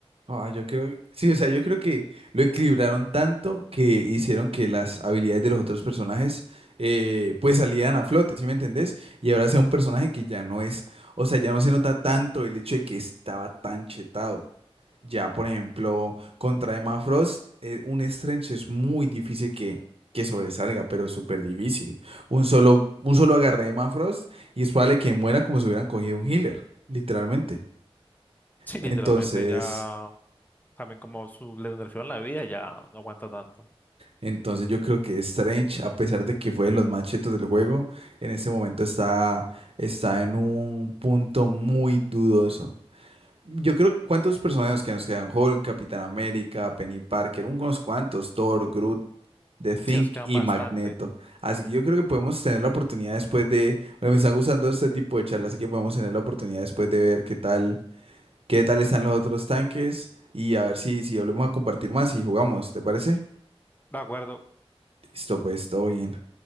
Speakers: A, on the right (about 65°); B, on the left (about 15°).
A: Ah, yo creo, que- sí, o sea, yo creo que lo equilibraron tanto que hicieron que las habilidades de los otros personajes eh, pues salieran a flote, ¿sí me entendés? Y ahora sea un personaje que ya no es, o sea, ya no se nota tanto el hecho de que estaba tan chetado. Ya, por ejemplo, contra Emma Frost, eh, un Strange es muy difícil que, que sobresalga, pero súper difícil. Un solo, un solo agarre de Emma Frost y es probable que muera como si hubieran cogido un healer, literalmente.
B: Sí,
A: Entonces...
B: literalmente ya También como su regeneración en la vida ya no aguanta tanto.
A: Entonces yo creo que Strange, a pesar de que fue de los más chetos del juego, en este momento está, está en un punto muy dudoso. Yo creo, ¿cuántos personajes que nos quedan? Hulk, Capitán América, Penny Parker, unos cuantos, Thor, Groot, The Thing
B: Sí, nos quedan
A: y
B: bastante.
A: Magneto. Así que yo creo que podemos tener la oportunidad después de, oye, me están gustando este tipo de charlas, así que podemos tener la oportunidad después de ver qué tal, qué tal están los otros tanques y a ver si, si volvemos a compartir más y jugamos, ¿te parece?
B: De acuerdo.
A: Listo, pues todo bien.